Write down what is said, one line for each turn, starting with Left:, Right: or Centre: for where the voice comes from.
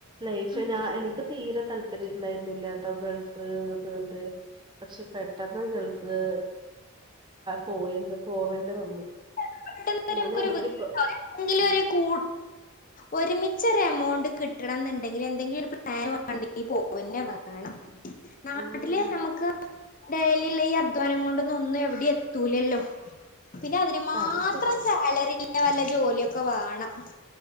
Right: ലൈഫ്
Left: ഉം.
Right: എനി ക്ക് തീരെ താല്പര്യംണ്ടായിരുന്നില്ല ട്ടോ ഗൾഫ് അതുകൊണ്ട് പക്ഷെ പെട്ടെന്ന് ഗൾഫില് പോവേ പോവേണ്ടി വന്നു
Left: <inaudible>
Right: ഞാൻ
Left: നമക്കൊരു
Right: എനിക്കിപ്പോ
Left: കൂ ഒരുമിച്ചൊരു എമൗണ്ട് കിട്ടണം എന്നുണ്ടെങ്കിൽ എന്തെങ്കിലുമൊരു പ്ലാ നുണ്ടെങ്കി പോവന്നെ വേണം. നാട്ടില്
Right: ഉം
Left: നമുക്ക് ഡെലിയുള്ള ഈ അധ്വാ ധ്വാനം കൊണ്ടൊന്നും ഒന്നും എവിടെം എത്തൂലല്ലോ പിന്നെ അതിനും മാ
Right: അത് ശരി
Left: ത്രം സാലറിള്ള വല്ല ജോലിയൊക്കെ വേണം